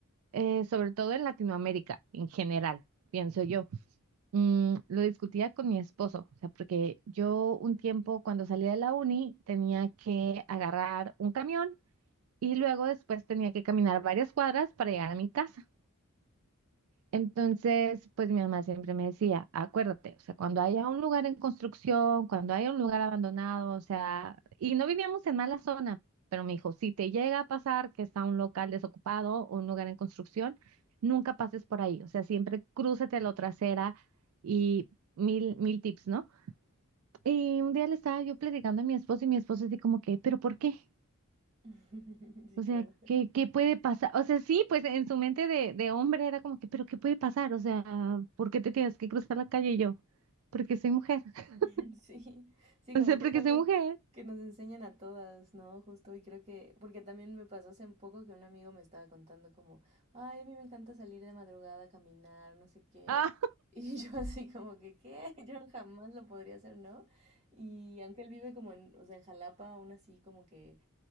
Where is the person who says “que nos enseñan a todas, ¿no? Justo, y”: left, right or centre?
Right